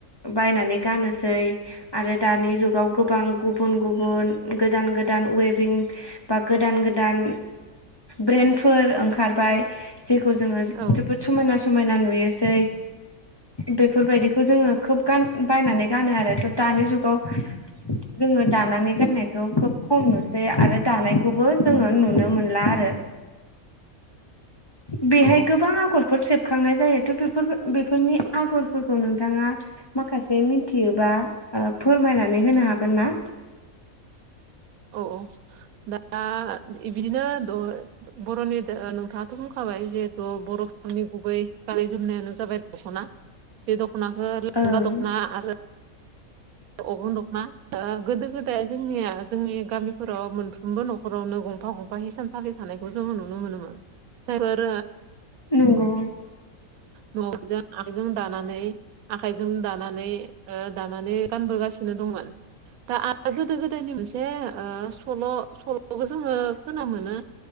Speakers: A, on the left; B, on the right.
A: बायनानै गाननोसै आरो दानि जुगाव गोबां गुबुन गुबुन गोदान गोदान अवे भिंबा गोदान गोदान ब्रेन्डफोर ओंखारबाय जेखौ जोङो
B: औ
A: जोबोद समायना समायना नुयोसै बेफोरबायदिखौ जोङो खोब गान बायनानै गानो आरो थ दानि जुगाव जोङो दानानै गाननायखौ खोब खम नुसै। आरो दानायखौबो जोङो नुनो मोनला आरो। बेहाय
B: औ
A: गोबां आगरफोर सेबखांनाय जायोथ' बेफोर बेफोरनि आगरफोरखौ नोंथाङा माखासे मिथियोबा फोरमायनानै होनो हागोन ना?
B: औ औ दा बिदिनो बर'नि नोंथाङाथ' बुंखाबाय जिहेथु बर'फोरनि गुबै गाननाय जोमनायानो जाबाय दख'ना। बे दख'नाखौ लांगा
A: ओं
B: दख'ना आरो। अग्रं दखना गोदो गोदाय जोंनिया जोंनि गामिफोराव मोनफ्रोमबो न'खर हरावनो गंफा गंफा हिसान। फालि फानायखौ जोङो नुनो मोनोमोन जायफोर।
A: नंगौ
B: न'आवनो आखाइजों दानानै आखाइजों दानानै दानानै गानबोगासिनो दंमोन। दा आरो गोदो गोदायनि मोनसे सल' सल'खौ जोङो खोनानोमोनो।